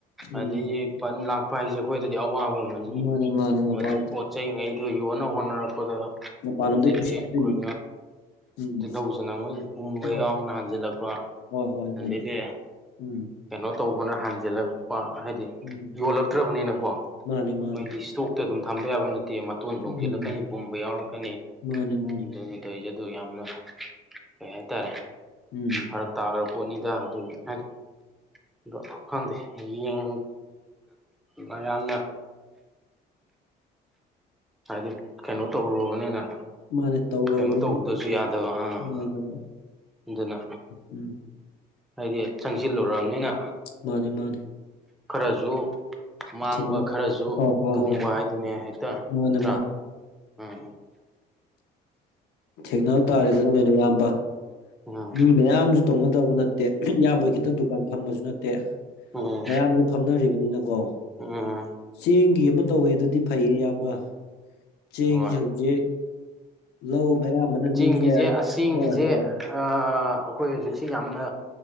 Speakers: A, on the left; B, in the centre.
A: ꯎꯝ
B: ꯑꯗꯒꯤ ꯕꯟ ꯂꯥꯛꯄ ꯍꯥꯏꯁꯦ ꯑꯩꯈꯣꯏꯗꯗꯤ ꯑꯋꯥꯕ ꯑꯃꯅꯤ
A: ꯃꯥꯅꯦ ꯃꯥꯅꯦ ꯃꯄꯥꯟ
B: ꯃꯗꯨ ꯄꯣꯠ ꯆꯩꯉꯩꯗꯨ ꯌꯣꯟꯅ ꯍꯣꯠꯅꯔꯛꯄꯗ
A: ꯃꯄꯥꯟꯂꯣꯝꯗꯩ
B: ꯑꯗꯨꯗꯤ
A: ꯄꯨꯁꯤꯜꯂꯛꯇꯣꯏꯅꯤ
B: ꯑꯩꯈꯣꯏ
A: ꯎꯝ
B: ꯇꯤꯜꯍꯧꯁꯤꯅ ꯃꯣꯏꯗ ꯄꯨꯝꯕ
A: ꯑꯣ
B: ꯌꯥꯎꯕꯅ ꯍꯟꯖꯤꯜꯂꯛꯄ
A: ꯍꯣꯏ ꯍꯣꯏ ꯑꯗꯨꯅꯤ
B: ꯑꯗꯒꯤ
A: ꯎꯝ
B: ꯀꯩꯅꯣ ꯇꯧꯕꯅ ꯍꯟꯖꯤꯜꯂꯛꯄ ꯍꯥꯏꯗꯤ
A: ꯎꯝ
B: ꯌꯣꯜꯂꯛꯇ꯭ꯔꯕꯅꯤꯅꯀꯣ
A: ꯃꯥꯅꯤ ꯃꯥꯅꯤ
B: ꯃꯣꯏꯗꯤ ꯏꯁꯇꯣꯛꯇ ꯑꯗꯨꯝ ꯊꯝꯕ ꯌꯥꯕ ꯅꯠꯇꯦ ꯇꯣꯟ ꯆꯣꯡꯁꯤꯜꯂꯛꯀꯅꯤ
A: ꯎꯝ
B: ꯄꯨꯝꯕ ꯌꯥꯎꯔꯛꯀꯅꯤ
A: ꯃꯥꯅꯤ ꯃꯥꯅꯤ
B: ꯑꯗꯨꯅꯦ ꯇꯧꯔꯤꯁꯦ ꯑꯗꯨ ꯌꯥꯝꯅ ꯀꯩ ꯍꯥꯏꯇꯥꯔꯦ
A: ꯎꯝ
B: ꯐꯔꯛ ꯇꯥꯈ꯭ꯔ ꯄꯣꯠꯅꯤꯗ ꯑꯗꯨꯒꯤ ꯍꯥꯏ ꯑꯗꯣ ꯈꯪꯗꯦ ꯌꯦꯡ ꯃꯌꯥꯝꯅ ꯍꯥꯏꯗꯤ ꯀꯩꯅꯣ ꯇꯧꯔꯨꯔꯕꯅꯤꯅ
A: ꯃꯥꯅꯦ ꯇꯧꯔꯅꯤꯅ
B: ꯀꯩꯅꯣ ꯇꯧꯕꯗꯁꯨ ꯌꯥꯗꯕ ꯑꯥ
A: ꯎꯝ
B: ꯑꯗꯨꯅ
A: ꯎꯝ
B: ꯍꯥꯏꯗꯤ ꯆꯪꯁꯤꯜꯂꯨꯔꯕꯅꯤꯅ
A: ꯃꯥꯅꯦ ꯃꯥꯅꯦ
B: ꯈꯔꯁꯨ ꯃꯥꯡꯕ
A: ꯊꯦꯡꯅ
B: ꯈꯔꯁꯨ
A: ꯍꯣꯏ ꯍꯣꯏ
B: ꯇꯣꯡꯕ
A: ꯍꯣꯏ
B: ꯍꯥꯏꯗꯨꯅꯦ ꯍꯦꯛꯇ
A: ꯃꯥꯅꯦ
B: ꯅꯠꯇ꯭ꯔꯥ ꯎꯝ
A: ꯊꯦꯡꯅꯕꯅꯕ ꯇꯥꯔꯦꯗꯅ ꯀꯩꯅꯣ ꯏꯌꯥꯝꯕ
B: ꯎꯝ
A: ꯃꯤ ꯃꯌꯥꯝ ꯃꯌꯥꯝꯁꯨ ꯇꯧꯅꯗꯕ ꯅꯠꯇꯦ ꯏꯌꯥꯝꯕ ꯈꯤꯇ ꯗꯨꯀꯥꯟ ꯐꯝꯕꯁꯨ ꯅꯠꯇꯦ
B: ꯎꯝ
A: ꯃꯌꯥꯝꯁꯨ ꯐꯝꯅꯔꯤꯕꯅꯤꯅꯀꯣ
B: ꯎꯝ
A: ꯆꯦꯡꯒꯤ ꯑꯃ ꯇꯧꯋꯦ ꯑꯗꯨꯗꯤ ꯐꯩꯌꯦ ꯏꯌꯥꯝꯕ ꯆꯦꯡꯁꯦ
B: ꯍꯣꯏ
A: ꯍꯧꯖꯤꯛ ꯂꯧ ꯑꯌꯥꯝꯕꯅ
B: ꯆꯦꯡꯒꯤꯁꯦ
A: ꯃꯤꯁꯦ
B: ꯑꯁ ꯆꯦꯡꯒꯤꯁꯦ
A: ꯍꯣꯏ ꯍꯣꯏ
B: ꯑꯩꯈꯣꯏ ꯍꯧꯖꯤꯛꯁꯤ ꯌꯥꯝꯅ